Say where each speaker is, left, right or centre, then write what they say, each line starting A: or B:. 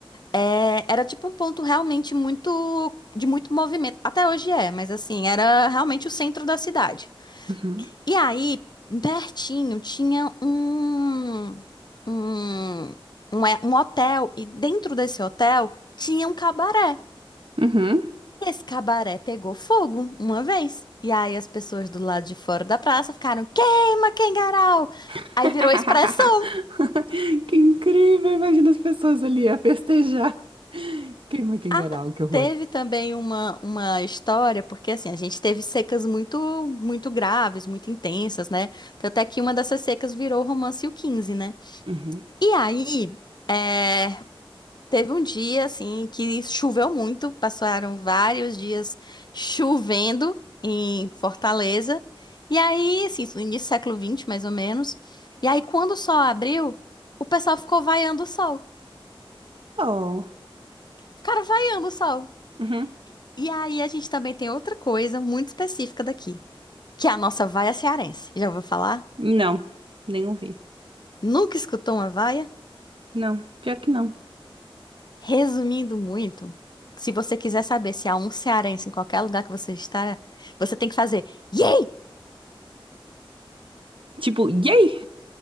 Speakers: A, on the left; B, on the right.
A: é, era tipo um ponto realmente muito, de muito movimento, até hoje é, mas assim, era realmente o centro da cidade.
B: Uhum.
A: E aí, pertinho, tinha um, um, um, é, um hotel, e dentro desse hotel tinha um cabaré.
B: Uhum.
A: Esse cabaré pegou fogo uma vez. E aí as pessoas do lado de fora da praça ficaram: queima, Kengarau!
B: <laughs>
A: Aí virou expressão.
B: Que incrível! Imagina as pessoas ali a festejar. Queima Kingarau,
A: Ah,
B: que horror.
A: teve também uma, uma história, porque assim, a gente teve secas muito, muito graves, muito intensas, né? Tanto é que uma dessas secas virou o romance e o 15, né?
B: Uhum.
A: E aí. é Teve um dia, assim, que choveu muito, passaram vários dias chovendo em Fortaleza. E aí, assim, isso no início do século XX, mais ou menos. E aí, quando o sol abriu, o pessoal ficou vaiando o sol.
B: Oh.
A: Ficaram vaiando o sol.
B: Uhum.
A: E aí, a gente também tem outra coisa muito específica daqui, que é a nossa vaia cearense. Já ouviu falar?
B: Não, nem ouvi.
A: Nunca escutou uma vaia?
B: Não, pior que não.
A: Resumindo muito, se você quiser saber se há um cearense em qualquer lugar que você está, você tem que fazer. yay!
B: Tipo, yay!